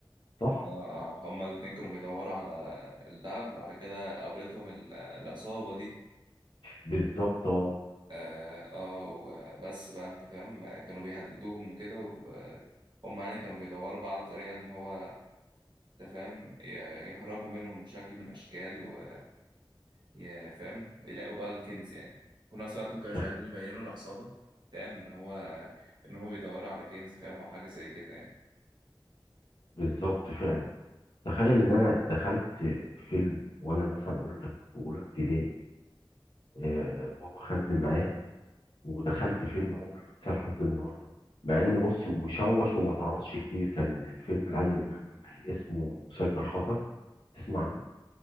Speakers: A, on the left (about 65°); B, on the right (about 60°).
A: صح
B: اه اه هما الاتنين كانوا بيدوروا على الدهب بعد كده قابلتهم ال- العصابة دي
A: بالظبط اه
B: اه آه، وبس بقى انت فاهم كانوا بيهددوهم وكده وهم يعني كانوا بيدوروا بقى على طريقة ان هو انت فاهم ي- يهربوا منهم بشكل من الاشكال و ي- فاهم يلاقوا بقى الكنز يعني في نفس الوقت ما كانوش
A: تخ-
B: عايزين يبينوا العصابة فاهم ان هو ان هما بيدوروا على كنز فاهم او حاجة زي كده يعني
A: بالظبط فعلا تخيل ان انا دخلت فيلم وانا مثلا اقول لك في اولى ابتدائي آه بابا خدني معاه ودخلت فيلم عمري ما انساه لحد النهارده مع ان بص مشوش وما تعرضش كتير كان فيلم لعادل امام اسمه مسجل خطر تسمع عنه